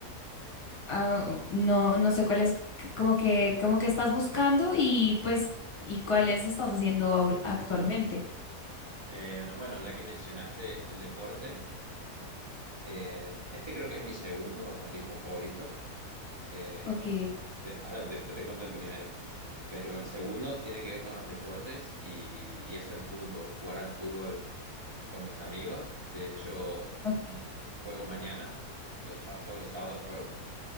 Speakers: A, on the left; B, on the right.
A: Ah, no, no sé cuál es, c- como que, como que estás buscando y pues, y cuáles estás haciendo au- actualmente.
B: Eh, bueno, ya que mencionaste el deporte, eh, este creo que es mi segundo pasatiempo favorito. Eh,
A: Ok,
B: de- ahora después te cuento el primero. Pero el segundo tiene que ver con los deportes y, y es el fútbol, jugar al fútbol con mis amigos. De hecho,
A: ok.
B: juego mañana, los, sá- todos los sábados juego.